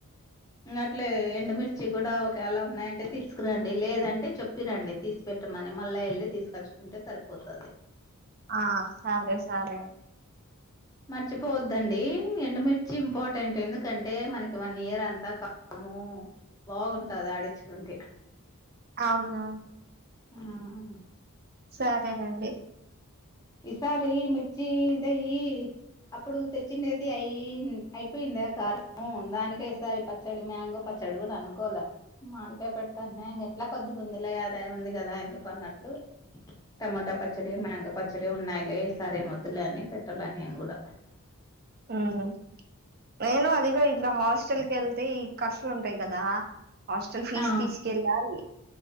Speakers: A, on the left (about 15°); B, on the right (about 45°).
A: ఇంగట్లే ఎండుమిర్చి కూడా ఒకఎళా ఉన్నాయంటే తీసుకురండి లేదంటే చెప్పి రాండి తీసి పెట్టమని మళ్ళా ఎళ్ళి తీసుకొచ్చుకుంటే సరిపోతది
B: ఆ సరే సరే
A: మర్చిపోవద్దండి ఎండుమిర్చి ఇంపార్టెంట్ ఎందుకంటే మనకి వన్ ఇయర్ అంతా కాము బాగుంటది ఆడిచుకుంటే
B: అవునా
A: ఉమ్మ్
B: సరేనండి
A: ఈసారి మిర్చి దేయి అప్పుడు తెచ్చిండేది అయి అయిపోయిందా కారము దానికే ఈసారి ప చ్చడి మ్యాంగో పచ్చడి కూడా అనుకోల మాడికాయ పెడతాన్టే ఇంగ ఎట్లా కొద్దిగుందిలే అదే ఉంది కదా ఎందుకు అన్నట్లు టమోటా పచ్చడి మ్యాంగో పచ్చడి ఉన్నాయిలే ఈ సారి ఏమొద్దులే అని పెట్టాల నేను కూడా
B: ఉమ్మ్ నేను అడిగా ఇట్లా హాస్టల్‌కి ఎళ్తే ఈ ఖర్చులు ఉంటాయి కదా హాస్టల్ ఫీజు
A: ఆ
B: తీసుకెళ్ళాలి